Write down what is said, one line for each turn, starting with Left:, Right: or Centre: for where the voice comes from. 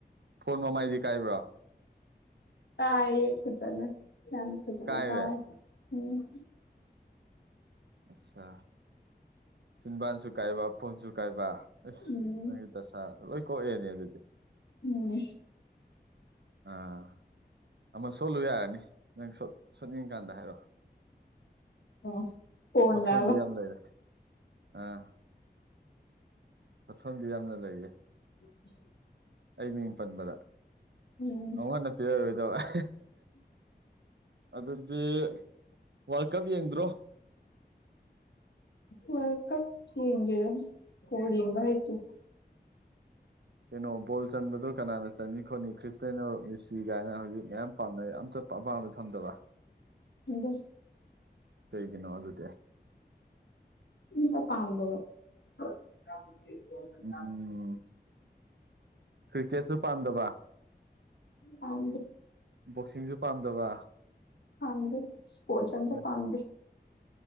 Right: ꯐꯣꯟ ꯃꯃꯥꯏꯗꯤ ꯀꯥꯏꯕ꯭ꯔꯣ꯫
Left: ꯇꯥꯔꯦ ꯐꯖꯅ ꯌꯥꯝ ꯐꯖꯅ
Right: ꯀꯥꯏꯔꯦ
Left: ꯇꯥꯔꯦ ꯎꯝ꯫
Right: ꯑꯠꯁꯥ ꯆꯤꯟꯕꯥꯟꯁꯨ ꯀꯥꯏꯕ ꯐꯣꯟꯁꯨ ꯀꯥꯏꯕ ꯏꯁ꯫
Left: ꯎꯝ
Right: ꯅꯪꯒꯤ ꯗꯁꯥ ꯂꯣꯏ ꯀꯣꯛꯑꯦꯅꯦ ꯑꯗꯨꯗꯤ꯫
Left: ꯎꯝ꯫
Right: ꯑꯥ ꯑꯃ ꯁꯣꯠꯂꯨ ꯌꯥꯔꯅꯤ ꯅꯪ ꯁꯣꯠ ꯁꯣꯠꯅꯤꯡꯀꯥꯟꯗ ꯍꯥꯏꯔꯛꯑꯣ꯫
Left: ꯑꯣ꯫ ꯀꯣꯟꯂꯕ
Right: ꯀꯞꯐꯝꯗꯤ ꯌꯥꯝ ꯂꯩꯔꯦ ꯑꯥ꯫ ꯃꯐꯝꯗꯤ ꯌꯥꯝꯅ ꯂꯩꯌꯦ꯫
Left: <unintelligible>
Right: ꯑꯩ ꯃꯤꯡ ꯄꯟꯕꯗ
Left: ꯎꯝ
Right: ꯑꯃꯨꯛ ꯍꯟꯅ ꯄꯤꯔꯛꯑꯔꯣꯏꯗꯕ꯫ <unintelligible> ꯑꯗꯨꯗꯤ ꯋꯥꯔꯜ ꯀꯞ ꯌꯦꯡꯗ꯭ꯔꯣ꯫
Left: ꯋꯥꯔꯜ ꯀꯞ ꯌꯦꯡꯗꯦꯗ ꯕꯣꯜ ꯌꯦꯡꯕ ꯍꯩꯇꯦ꯫
Right: ꯀꯩꯅꯣ ꯕꯣꯜ ꯆꯟꯕꯗꯣ ꯀꯅꯥꯅ ꯆꯟꯅꯤ ꯈꯣꯠꯅꯤ ꯈ꯭ꯔꯤꯁꯇꯦꯟꯅꯣ ꯃꯦꯁꯤ ꯒꯥꯏꯅ ꯍꯧꯖꯤꯛ ꯃꯌꯥꯝ ꯄꯥꯝꯅꯩ ꯑꯝꯇ ꯄꯥ ꯑꯄꯥꯝꯕꯗ ꯊꯝꯗꯕ꯫
Left: ꯊꯝꯗꯦ꯫
Right: ꯀꯩꯒꯤꯅꯣ ꯑꯗꯨꯗꯤ꯫
Left: ꯎꯝ ꯃꯄꯥꯟꯗꯔꯣ <unintelligible>
Right: ꯎꯝ ꯀ꯭ꯔꯤꯀꯦꯠꯁꯨ ꯄꯥꯝꯗꯕ
Left: ꯄꯥꯝꯗꯦ
Right: ꯕꯣꯛꯁꯤꯡꯖꯨ ꯄꯥꯝꯗꯕ꯫
Left: ꯄꯥꯝꯗꯦ ꯁ꯭ꯄꯣꯔꯠꯆ ꯑꯝꯇ
Right: ꯑꯁ
Left: ꯄꯥꯝꯗꯦ꯫